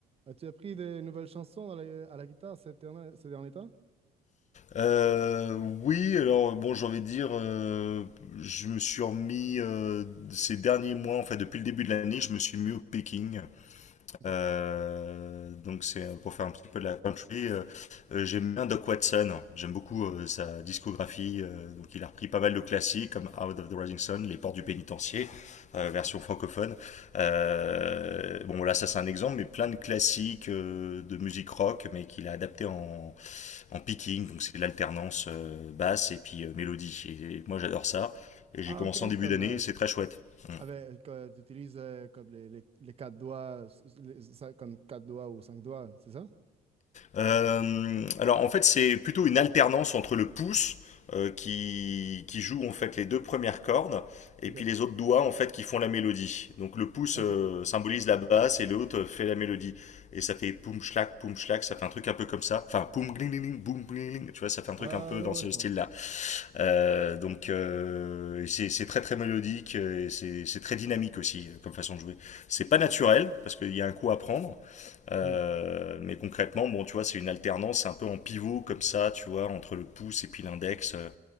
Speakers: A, on the right (about 35°); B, on the left (about 45°).
A: As-tu appris des nouvelles chansons dans la- à la guitare ces derniers, ces derniers temps?
B: Euh, oui, alors bon, j'ai envie de dire, euh, je me suis remis euh, ces derniers mois, en fait, depuis le début de l'année, je me suis mis au picking.
A: Ok.
B: Euh, donc c'est euh, pour faire un petit peu de la country. euh, euh, j'aime bien Doc Watson, j'aime beaucoup euh, sa discographie. euh, donc il a repris pas mal de classiques comme Out of the Rising Sun, Les Portes du Pénitencier, euh, version francophone. Euh, bon, là, ça c'est un exemple, mais plein de classiques euh, de musique rock, mais qu'il a adapté en en picking, donc c'est l'alternance euh, basse et puis euh, mélodie. Et, et moi j'adore ça. Et j'ai
A: Ah,
B: commencé
A: ok,
B: en début
A: comme
B: d'année
A: euh,
B: et c'est très chouette. Mm.
A: avec, euh, que tu utilises euh, comme les, les, les quatre doigts, s- s- les- ça, comme quatre doigts ou cinq doigts, c'est ça?
B: Euh, alors en fait c'est plutôt une alternance entre le pouce euh, qui, qui joue en fait les deux premières cordes et
A: Ok,
B: puis les autres doigts en fait qui font la mélodie. Donc le pouce
A: ok.
B: euh,
A: ok.
B: symbolise la basse et l'autre fait la mélodie. Et ça fait poum schlac, poum schlac, ça fait un truc un peu comme ça. Enfin poum gling gling, boum gling gling, tu vois, ça fait un truc
A: Ah,
B: un peu
A: ouais,
B: dans ce
A: ouais, je comprends.
B: style-là. Euh, donc euh, c'est très très mélodique euh, et c'est très dynamique aussi euh, comme façon de jouer. C'est pas naturel parce qu'il y a un coup à prendre, euh,
A: Hmm.
B: mais concrètement, bon, tu vois, c'est une alternance un peu en pivot comme ça, tu vois, entre le pouce et puis l'index. euh,